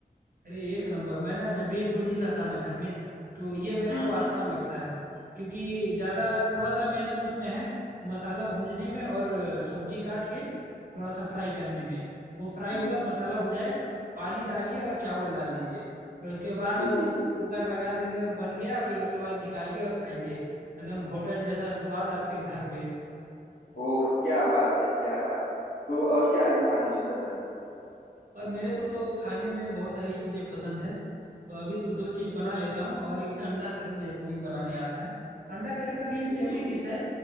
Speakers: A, on the right (about 60°); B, on the left (about 80°).
A: अरे एक नंबर मैं ना जब भी कोई नहीं रहता ना घर में तो ये मेरे
B: हम्म
A: को
B: हम्म
A: आसान लगता है क्योंकि ज़्यादा थोड़ा सा मेहनत उसमें है मसाला भूनने में और सब्जी काट के थोड़ा सा फ्राई करने में वो फ्राई
B: हम्म
A: हुआ
B: हम्म।
A: मसाला भुजाया पानी डालिए और चावल डाल दीजिए फिर उसके बाद
B: जी
A: वो
B: जी जी
A: कुकर लगा देंगे बन गया फिर उसके बाद निकालिए और खाइए एकदम होटल जैसा स्वाद आपके घर में
B: ओह क्या बात है क्या बात है तो और क्या है खाने में पसंद
A: और मेरे को तो खाने में बहुत सारी चीज़ें पसंद है। तो अभी तो 2 चीज़ बना लेता हूँ और एक ठे अंडा करी मेरे को भी बनाने आता है। अंडा करी का भी
B: जी
A: सेम
B: जी
A: ही डिश
B: जी
A: है।